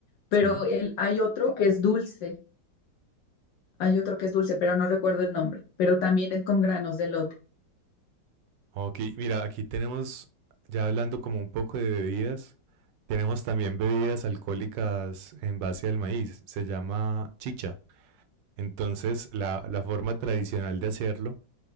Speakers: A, on the right (about 75°); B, on the left (about 70°).
A: Sí.
B: pero el- hay otro que es dulce, hay otro que es dulce, pero no recuerdo el nombre, pero también es con granos de elote.
A: Ok, mira, aquí tenemos, ya hablando como un poco de bebidas, tenemos también bebidas alcohólicas en base al maíz. Se llama chicha. Entonces, la, la forma tradicional de hacerlo,